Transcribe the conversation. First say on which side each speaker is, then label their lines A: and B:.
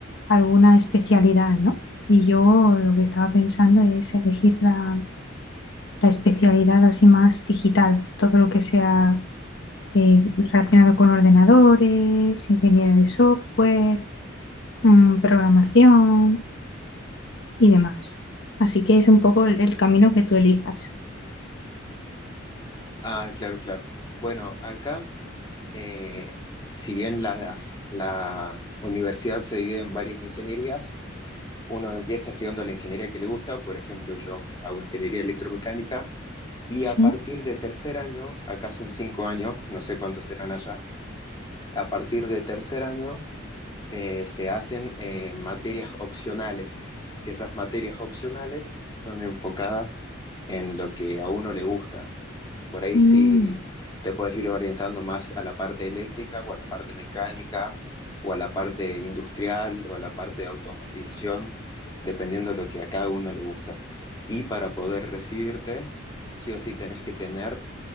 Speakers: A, on the left; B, on the left.
A: alguna especialidad, ¿no? Y yo lo que estaba pensando es elegir la, la especialidad así más digital, todo lo que sea eh, relacionado con ordenadores, ingeniería de software, mm, programación y demás. Así que es un poco el, el camino que tú elijas.
B: Ah, claro, claro. Bueno, acá, eh, si bien la, la universidad se divide en varias ingenierías, uno empieza estudiando la ingeniería que le gusta, por ejemplo, yo hago ingeniería electromecánica y
A: Sí,
B: a partir de tercer año, acá son cinco años, no sé cuántos serán allá, a partir de tercer año eh, se hacen eh, materias opcionales, que esas materias opcionales son enfocadas en lo que a uno le gusta. Por ahí
A: Mm,
B: sí te puedes ir orientando más a la parte eléctrica o a la parte mecánica o a la parte industrial o a la parte de automatización, dependiendo de lo que a cada uno le gusta. Y para poder recibirte, sí o sí tenés que tener